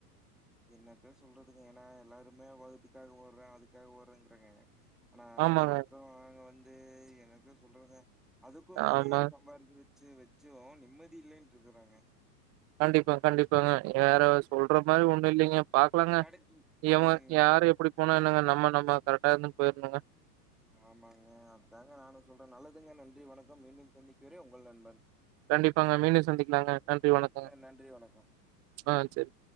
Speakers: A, in the centre; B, on the right (about 30°).
A: என்னத்தா சொல்றதுங்க ஏன்னா எல்லாருமே வவுத்துகாக ஓடுறேன் அதுக்காக ஓடுறேன்றாங்க ஆமா
B: ஆமாங்க,
A: மத்தங்க அங்க வந்து என்னத சொல்றதுங்க அதுக்கும் மேலயே
B: ஆமா.
A: சம்பாதிச்சு வச்சு வச்சு வச்சோம் நிம்மதி இல்லைன்ட் இருக்குறாங்க
B: கண்டிப்பா கண்டிப்பாங்க வேற சொல்ற மாரி ஒண்ணு இல்லைங்க பாக்கலாங்க
A: கடைசி ம்
B: எவன் யாரு எப்டி போனா என்னங்க நம்ம நம்ம கரெக்டா இருந்து போய்ருணுங்க
A: ஆமாங்க அதாங்க நானு சொல்றே நல்லதுங்க நன்றி வணக்கம் மீண்டும் சந்திக்கிறே உங்கள் நண்பன்
B: கண்டிப்பாங்க மீண்டும் சந்திக்கலாங்க நன்றி வணக்கங்க
A: அ நன்றி வணக்கம்
B: ஆ சேரி